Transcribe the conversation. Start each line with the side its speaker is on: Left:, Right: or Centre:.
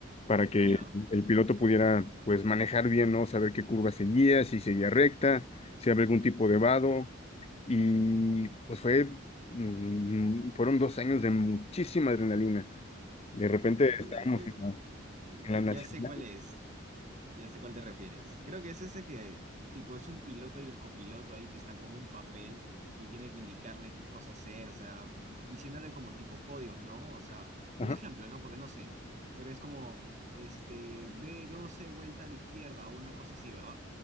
Left: para
Right: <laughs>
Left: que
Right: ¿Ya?
Left: el piloto pudiera, pues, manejar bien, ¿no? Saber qué curva seguía, si seguía recta, si había algún tipo de vado y
Right: Mm,
Left: pues fue, mm, fueron dos años de muchísima adrenalina. De repente
Right: uh,
Left: estábamos en la, en la nacional.
Right: ya sé cuál es, ya sé cuál te refieres. Creo que es ese que, tipo, es un piloto y el copiloto ahí que está con un papel y tiene que indicarle qué cosa hacer, o sea, diciéndole como tipo códigos, ¿no? O sea, un
Left: Ajá.
Right: ejemplo, ¿no? Porque no sé, pero es como, este, b doce vuelta a la izquierda o una cosa así, ¿verdad?